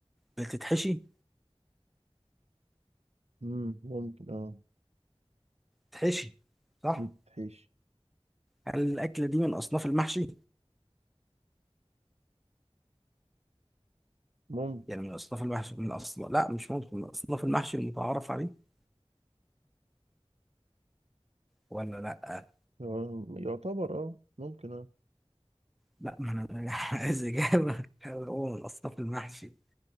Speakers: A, in the centre; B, on the right.
A: بتتحشي؟
B: مم. ممكن اه
A: بتتحشي صح؟
B: بتحيش
A: هل الأكلة دي من أصناف المحشي؟
B: ممكن
A: يعني من أصناف المحشي من أصناف لا مش ممكن من أصناف المحشي المتعارف عليه ولا لا؟
B: آه. يعتبر اه ممكن اه
A: لا ما أنا <laughs> أنا عايز إجابة هل هو من أصناف المحشي